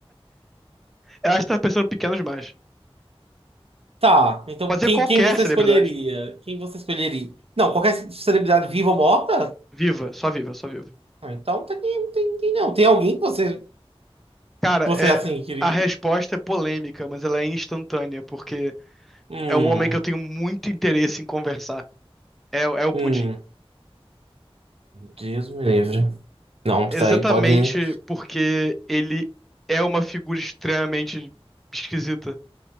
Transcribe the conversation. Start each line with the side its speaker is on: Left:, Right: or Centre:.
Centre: Eu acho que tá pensando pequeno demais.
Right: Tá, então
Centre: Pode
Right: quem,
Centre: ser qualquer
Right: quem você
Centre: celebridade.
Right: escolheria? Quem você escolheria? Não, qualquer celebridade viva ou morta?
Centre: Viva, só viva, só viva.
Right: Ah, então tem, tem, tem não. Tem alguém que você, que
Centre: Cara,
Right: você
Centre: é.
Right: assim queria?
Centre: A resposta é polêmica, mas ela é instantânea, porque
Right: Hum.
Centre: é um homem que eu tenho muito interesse em conversar. É, é o
Right: Hum.
Centre: Putin.
Right: Deus me livre. Não,
Centre: Exatamente
Right: isso daí pode.
Centre: porque ele é uma figura extremamente esquisita.